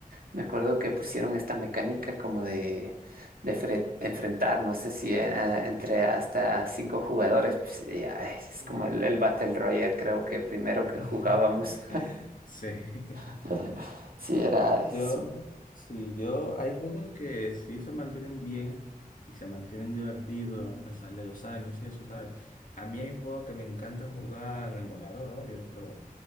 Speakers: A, on the right (about 80°); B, on the left (about 65°).
A: me acuerdo que pusieron esta mecánica como de, de fre- enfrentar, no sé si eh, entre hasta cinco jugadores, pues ya, es
B: Ujú.
A: como el, el Battle Royale, creo que primero que
B: <laughs>
A: jugábamos.
B: Sí. <laughs>
A: <laughs> Sí, era... es-
B: Yo, sí, yo, hay juegos que sí se mantienen bien y se mantienen divertidos a pesar de los años y eso, ¿sabes? A mí hay un juego que me encanta jugar en emulador, obvio, pero